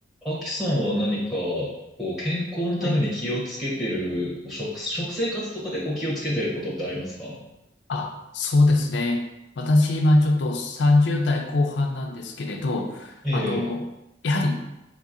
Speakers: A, in the centre; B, on the left.
A: アキさんは何か、こう、健康のために気をつけてる、
B: はい。
A: こう食、食生活とかでこう気をつけてることってありますか
B: あ、そうですね。私、今ちょっと30代後半なんですけれど、
A: ええ。
B: あの、やはり